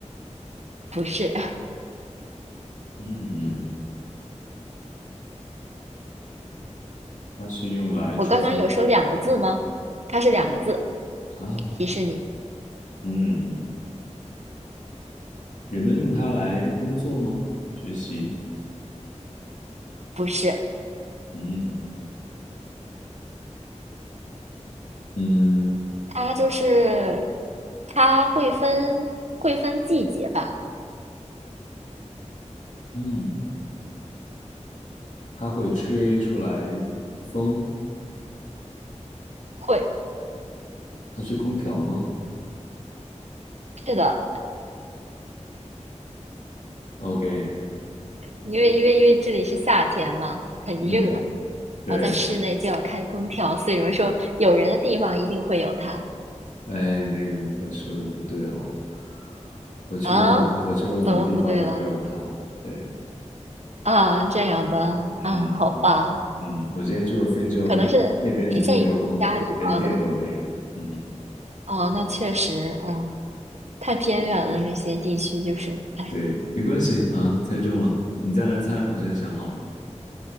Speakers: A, on the right; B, on the left.
A: 不是。<laughs>
B: 嗯，它是用来储存
A: 我刚刚有说两个字吗？它是两个字，
B: 啊。
A: 提示你，
B: 嗯，人们用它来工作吗？学习？
A: 不是。
B: 嗯嗯
A: 它就是它会分会分季节吧，
B: 嗯，它会吹出来风，
A: 会，
B: 它是空调吗
A: 是的，
B: ？OK，
A: 因为因为因为这里是夏天嘛，很热，
B: 嗯，
A: 然
B: 对，
A: 后在室内就要开空调，所以有人说有人的地方一定会有它
B: 哎，那个你可说的不对哦，我去过很我去过很多地方都没有它，
A: 啊，怎么不对了
B: 对，
A: 啊？这样的啊，
B: 嗯
A: 好吧，
B: 嗯，我之前去过非洲那那边真的没有空调，
A: 可能是仅限于家里吧那
B: 连电都没有，嗯，
A: 啊，那确实啊，太偏远了那些地区就是，哎，
B: 对，没关系啊，猜中了，你再来猜，我现在想好了，